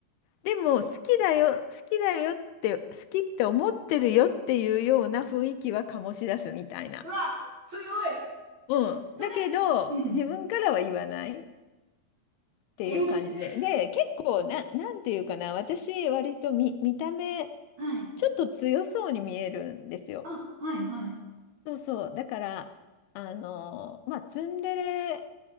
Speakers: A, on the left; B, on the right.
A: でも好きだよ、好きだよって、好きって思ってるよっていうような雰囲気は醸し出すみたいな。
B: うわ、強い。
A: うん。
B: それ、
A: だけど、
B: うん。
A: 自分からは言わないっていう感じで。
B: えー
A: で、結構な、なんていうかな、私、割と見、見た目、
B: はい。
A: ちょっと強そうに見えるんですよ。
B: あ、はいはい。
A: そうそう。だから、あの、まあ、ツンデレ